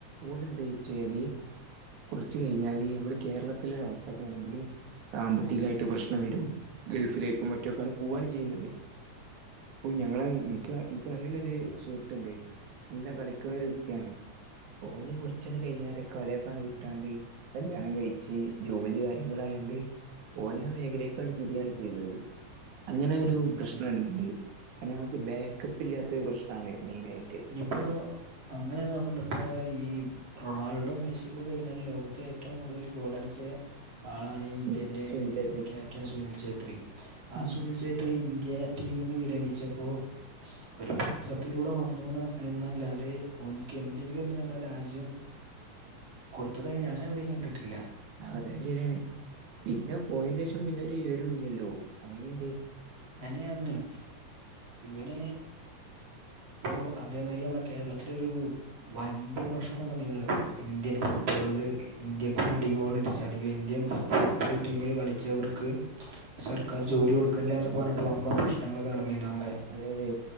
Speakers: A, on the right; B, on the right.
A: ഓലന്താച്ചല് കുർച്ച് കഴിഞ്ഞാല് നമ്മള് കേരളത്തിലൊരു അവ ണെങ്കിൽ സാമ്പത്തികായിട്ട് പ്രശ്നം വരും ഗൾഫിലേക്കും മറ്റൊക്കെ പോവാണ് ചെയ്യുന്നത് പ്പൊ ഞങ്ങള് ഇൻക് ഇൻക് അറിണൊരു സുഹൃ ട്ട്ണ്ട് നല്ല കളിക്കണ ഒരു വ്യക്തിയാണ് ഓന് കുറച്ചട് കഴിഞാരെ കളിയക്കാണ് വിട്ടാണ്ട് കല്യാണം കഴിച്ച് ജോലി കാര്യങ്ങളായണ്ട് ഓനെ മേഖലയെകാണ്ട് തിരിയാണ് ചെയ്തത് അങ്ങനെ ഒരു
B: ഉം
A: പ്രശ്നണ്ട്
B: ഉം.
A: കരണം നമ്മക്ക് ബാക്കക്ക് ഇല്ലാത്തൊരു പ്രശ്നാണ് മെയിനയിട്ട്
B: പ്പോ അങ്ങനെ നോക്കണ്ട ഇപ്പോ ഈ റൊണാൾഡോ മെസിക്കെ കഴിഞ്ഞാൽ ലോകത്തെ ഏറ്റവും കൂടുതൽ ഗോളടിച്ചേ ആളാണ് ഇന്ത്യൻ്റെ
A: സുനി സുനിൽ ഛേത്രി
B: ക്യാപ്റ്റൻ സുനിൽ ഛേത്രി ആ
A: ഉം
B: സുനിൽ ഛേ ത്രി ഇന്ത്യ ടീമെന്ന് വിരമിച്ചപ്പോ ഒരു പത്രത്തിലൂടെ വന്നുന്ന് എന്നല്ലാതെ ഓൻക്ക് എന്തെങ്കിലൊന്ന് നമ്മുളെ രാജ്യം കൊടുത്തതായി ഞാനെവിടേം കണ്ടിട്ടില്ല
A: അതെ അത് ശരിയാണ് പിന്നെ പോയന്റെഷം പിന്നെ ഒരു വിവരുല്ല്യല്ലോ അങ്ങനീണ്ട്
B: അതെന്നെർഞ്ഞെ ഇവന് ഇപ്പോ അതേമാതിരി നമ്മളെ കേരളത്തിലൊരു വൻമ്പം പ്രശ്നം നടന്നിന്നല്ലോ ഇന്ത്യൻ ഫുട്ബോൾല് ഇന്ത്യക്ക് വേണ്ടി ഗോൾ അടിച്ച അല്ലെങ്കിൽ ഇന്ത്യൻ ഫുട്ബോൾ ടീമിൽ കളിച്ചവർക്ക് സർക്കാർ ജോലി കൊടുക
A: ജോ
B: ർഞ്ഞിട്ട് വമ്പം പ്രശ്നങ്ങളൊക്കെ
A: ആഹ്
B: നടന്നീർന്നു നമ്മളെ
A: അതെ അതെ